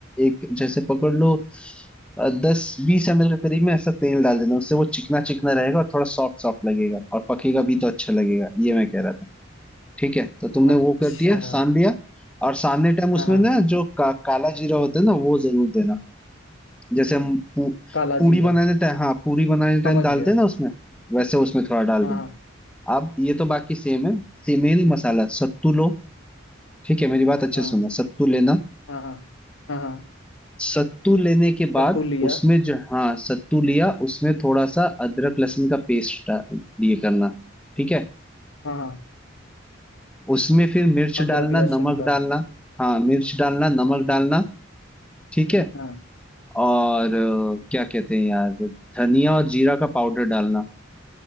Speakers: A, in the centre; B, on the left (about 80°).
A: एक जैसे पकड़ लो दस बीस एमएल के करीब में ऐसा तेल डाल देना उससे वो चिकना चिकना रहेगा और थोड़ा सॉफ्ट सॉफ्ट लगेगा और पकेगा भी तो अच्छा लगेगा ये मैं कह रहा था ठीक है तो तुमने
B: अच्छा
A: वो कर दिया सान लिया और सानने टाइम उसमें
B: हाँ हाँ
A: ना जो का, काला जीरा होता है ना वो जरूर देना जैसे हम पू,
B: काला
A: पूड़ी
B: जीरा
A: बनाने टाइम हाँ पूड़ी बनाने टाइम
B: समझ
A: डालते
B: गया
A: हैं ना उसमें वैसे उसमें थोड़ा डाल
B: हाँ
A: देना अब ये तो बाकी सेम है सेम ही मसाला सत्तू लो ठीक है मेरी बात अच्छे
B: हाँ
A: से सुनना सत्तू लेना
B: हाँ हाँ हाँ हाँ हाँ
A: सत्तू लेने के
B: सत्तू
A: बाद
B: लिया
A: उसमें जो हाँ सत्तू लिया उसमें थोड़ा सा अदरक लहसुन का पेस्ट दिए करना ठीक है
B: हाँ हाँ
A: उसमें फिर मिर्च
B: अदरक
A: डालना
B: लहसुन
A: नमक
B: का
A: डालना हाँ मिर्च डालना नमक डालना
B: हाँ
A: ठीक है
B: हाँ
A: और अ, क्या कहते हैं यार धनिया और जीरा का पाउडर डालना